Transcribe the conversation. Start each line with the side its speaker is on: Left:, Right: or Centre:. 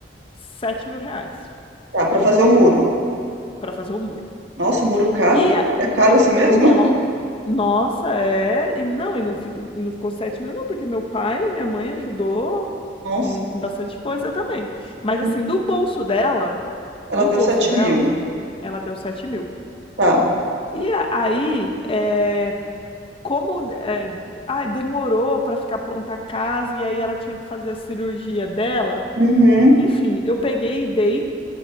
Left: sete mil reais
Right: Tá, para fazer o muro.
Left: para fazer o muro.
Right: Nossa, muro caro,
Left: E
Right: hein?
Left: a-
Right: É caro assim mesmo?
Left: no, nossa, é. E não, e não, fi- e não ficou sete mil, não, porque meu pai e minha mãe ajudou
Right: <laughs> Nossa,
Left: em em bastante coisa também. Mas
Right: Uhum.
Left: assim, do bolso dela,
Right: ela
Left: do
Right: deu
Left: bolso
Right: sete
Left: dela,
Right: mil.
Left: ela deu sete mil.
Right: Tá.
Left: E a- aí. eh, como é, ai, demorou para ficar pronta a casa e aí ela tinha que fazer a cirurgia dela.
Right: Uhum,
Left: Enfim, eu peguei e dei,